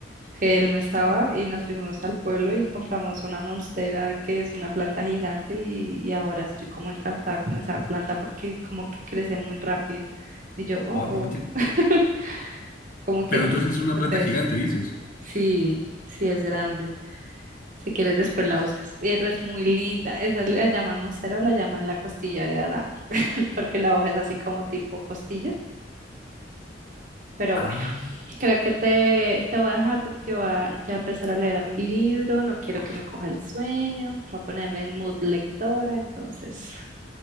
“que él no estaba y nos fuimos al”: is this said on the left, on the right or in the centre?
Right